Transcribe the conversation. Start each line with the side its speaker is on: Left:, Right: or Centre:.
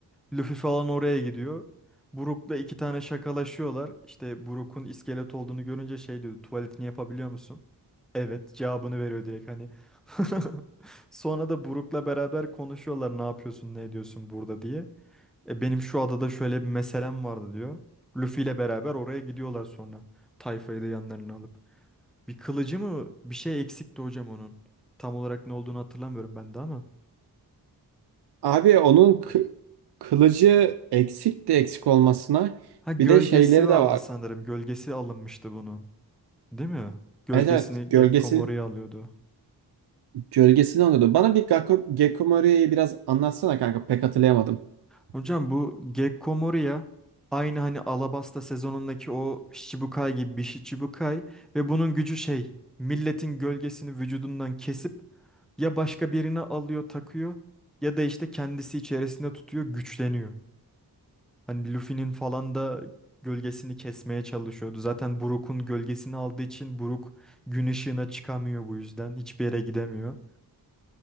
Centre: Luffy falan oraya gidiyor. Brook'la iki tane şakalaşıyorlar. İşte Brook'un iskelet olduğunu görünce şey diyor tuvaletini yapabiliyor musun? Evet cevabını veriyor direkt hani. <laughs> Sonra da Brook'la beraber konuşuyorlar ne yapıyorsun ne ediyorsun burada diye. E, benim şu adada şöyle bir meselem vardı diyor. Luffy ile beraber oraya gidiyorlar sonra. Tayfayı da yanlarına alıp. Bir kılıcı mı bir şey eksikti hocam onun. Tam olarak ne olduğunu hatırlamıyorum ben de ama.
Right: Abi onun kı- kılıcı eksik de eksik olmasına
Centre: Ha gölgesi
Right: bir de şeyleri
Centre: vardı
Right: de var.
Centre: sanırım. Gölgesi alınmıştı bunun. Değil mi? Gölgesini
Right: Evet evet gölgesi
Centre: Gekko Moria alıyordu.
Right: gölgesini alıyordu. Bana bir Gakko, Gekko biraz anlatsana kanka pek hatırlayamadım.
Centre: Hocam bu Gekko Moria aynı hani Alabasta sezonundaki o Shichibukai gibi bir Shichibukai ve bunun gücü şey milletin gölgesini vücudundan kesip ya başka birine alıyor takıyor ya da işte kendisi içerisinde tutuyor güçleniyor. Hani Luffy'nin falan da gölgesini kesmeye çalışıyordu. Zaten Brook'un gölgesini aldığı için Brook gün ışığına çıkamıyor bu yüzden hiçbir yere gidemiyor.